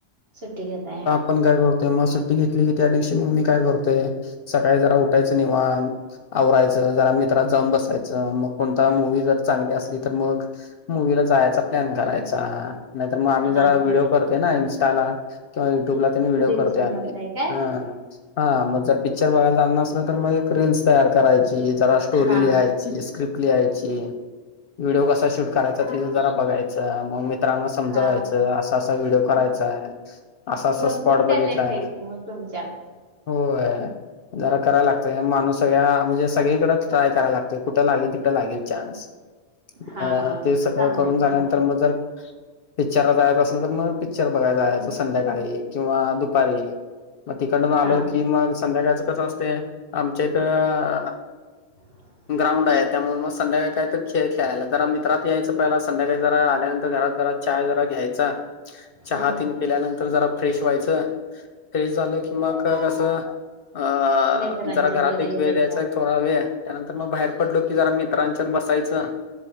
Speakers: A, on the right; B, on the left.
A: सुुट्टी घेताय.
B: आपण काय करतय मग सुट्टी घेतली की त्या दिवशी मग मी काय करतेय सकाळी जरा उठायचं वांत आवरायच जरा मित्रात जाऊन बसायच मग कोणता मुव्ही जर चांगली असली तर मग मुव्ही जायचा प्लान करायचा. नाही तर मग आम्ही
A: हा
B: जरा व्हिडिओ करतोय ना इन्स्टाला किंवा युट्युबला त्यांनी व्हिडीओ
A: रील्स
B: करतोय
A: बनवताय
B: आम्ही
A: काय
B: हा हा मग जर पिक्चर बघायला जाच नसलं तर मग एक रील्स तयार करायची जरा स्टोरी
A: हा हा
B: लिहा स्क्रिप्ट लिहायची. व्हिडिओ कसा शूट करायचा तेज जरा बघायच. मग मी मित्रांना समजवायचं
A: हा
B: असा असा व्हडिओ करायचाय
A: मग
B: हाय. असा असा
A: भरपूर
B: स्पॉट बघितलाय.
A: टॅलेंट आहे कि मग तुमच्यात
B: होय. जरा कराय लागतंय, माणूस सगळ्या म्हणजे सगळीकडंच ट्राय कराय लागतंय, कुठं लागेल तिथं लागेल चा्न्स.
A: हा
B: अ ते सगळं
A: चांगलाय
B: करून
A: चांगलाय
B: झाल्यानंतर मग जर पिच्चरला जायाचं असल तर मग पिच्चर बघाया जायाचं संध्याकाळी किंवा दुपारी. मग तिकंडून आलो
A: हा
B: की मग, संध्याकाळचं कसं असतंय आमच्या इथंअ
A: <unintelligible>
B: ग्राउंडाय त्यामुळे मग संध्याकाळी काय तर खेळ खेळायला, जरा मित्रात यायचं पहिला, संध्याकाळी जरा आल्यानंतर घरात जरा चाय जरा घ्यायचा, चहात
A: हम्म हम्म
B: त्यानंतर जरा फ्रेश व्हायचं, फ्रेश झालं कि मग कसं ए अंआ,
A: मित्रांच्यात
B: जरा घरात
A: वगैरे
B: एक वेळ
A: जायच्या
B: द्यायचा थोरा वेळ, त्यानंतर मग बाहेर पडलो की जरा मित्रांच्यात बसायचं